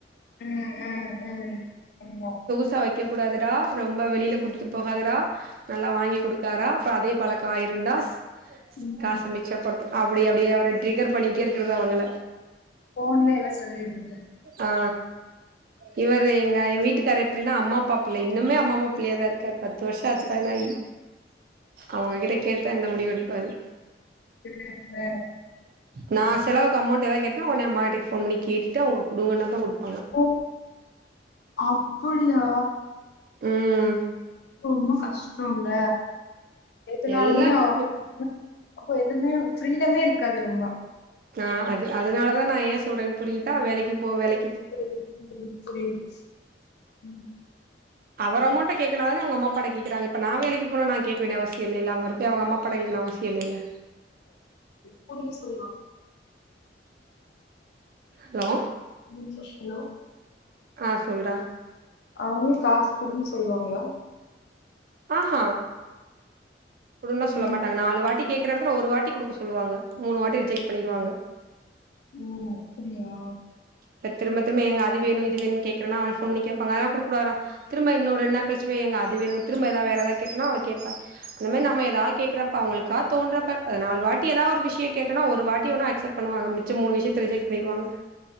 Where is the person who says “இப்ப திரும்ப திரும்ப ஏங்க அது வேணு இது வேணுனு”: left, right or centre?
Right